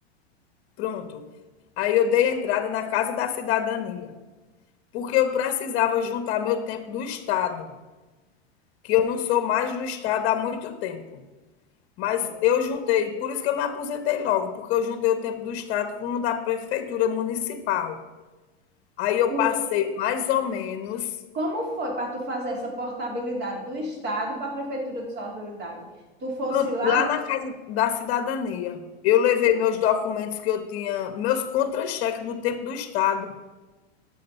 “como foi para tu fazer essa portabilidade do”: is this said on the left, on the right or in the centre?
Right